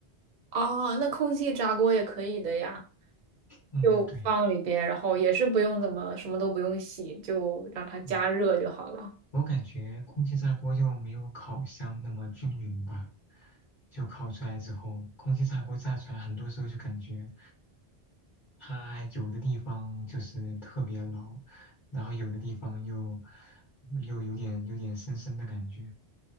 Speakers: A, on the right; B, on the left.
A: 哦，那空气炸锅也可以的呀，
B: 嗯，
A: 就放里边，
B: 对
A: 然后也是不用怎么什么都不用洗，就让它加热就好了。
B: 对，我感觉空气炸锅就没有烤箱那么均匀吧，就烤出来之后，空气炸锅炸出来，很多时候就感觉它有的地方就是特别老，然后有的地方又又有点有点生生的感觉。